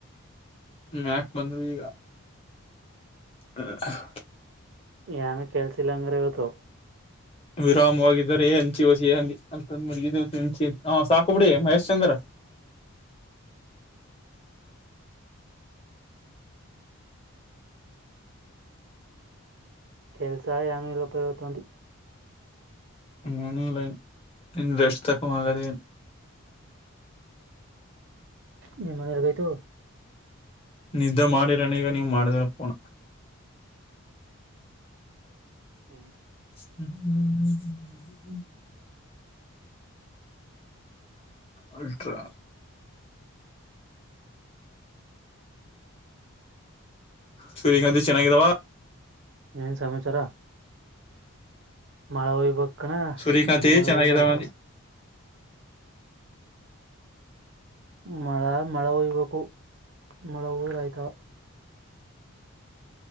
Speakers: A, on the left; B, on the right.
A: ಹ್ಮ ಯಾಕ ಬಂದ್ರು ಈಗ ಹ
B: ಏಾನೂ ಕೆಲ್ಸಿಲ್ಲ ಅಂಗ್ರೆ ಇವತ್ತು
A: ವಿರಾಮವಾಗಿದ್ದಾರೆ ಹಂಚಿವಸಿಂದಿ ಅ ಮುಗ ಹೆಂಚಿ ಹ ಸಾಕಬಿಡಿ ಮಹೇಶ್ ಚಂದ್ರ
B: <unintelligible> ಕೆಲಸ ಯನು ಇಲಪತತಿ
A: ಮನಿಂಗ್ ಲೈನ್ ಇ ಎಷ್ಟುತಕ್ಕ ಆಗದೇ
B: ನಿ ಮನರಗೈತು
A: ನಿದ್ದ ಮಾಡಿರೋನ ಈಗ ನೀವ್ ಮಾಡ್ದಪ್ಪೋಣ
B: ಹ್ಮ
A: ಹ್ಮ್ ಹ್ಮ್ ಹ್ಮ ಹ್ಮ್ ಅಲ್ಟ್ರಾ ಚುರಿಖಂತ ಚೆನ್ನಾಗದಾವ
B: ಏನ್ ಸಮಾಚಾರ ಮಳೆ ಹಯ್ಬ ಕಣ
A: ಸೂರ್ಯಕಾಂತಿ
B: ಮಳೆ
A: ಚೆನ್ನಾಗಿದಾವ
B: ಹೋದ್ರ ಆಯ್ತಾವ
A: ಅಂದಿ
B: ಮಳ ಮಳೆ ಹಯ್ಬೇಕು ಮಳೆ ಹೋದ್ರ ಆಯ್ತವ